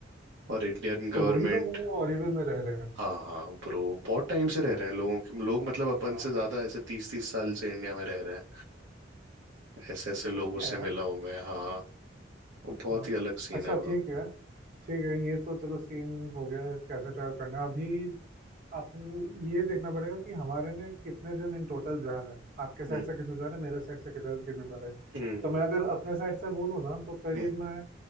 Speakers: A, on the right; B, on the right.
A: और इंडियन गवर्नमेंट
B: तो वही लोग वो ऑरेविल में रह रहे हैं
A: हाँ हाँ ब्रो बहुत टाइम से रह रहे हैं लोगों के लोग मतलब
B: अरे
A: अपन
B: वाह
A: से ज्यादा ऐसे तीस तीस साल से इंडिया में रह रहे हैं ऐसे ऐसे
B: सही
A: लोगों
B: है
A: से
B: यार
A: मिला हूं मैं हाँ बहुत
B: वाह
A: ही अलग सीन
B: अच्छा
A: है ब्रो
B: ठीक है ठीक है ये तो चलो सीन हो गया कैसे ट्रैवल करना है। अभी अपन ये देखना पड़ेगा कि हमारे में कितने जन इन टोटल जा रहे हैं आपके
A: हम्म
B: साइड से कितने जा रहे हैं मेरे साइड से कितने कितने जा रहे हैं
A: हम्म
B: तो मैं अगर अपने साइड से बोलूँ ना तो करीब
A: हम्म,
B: मैं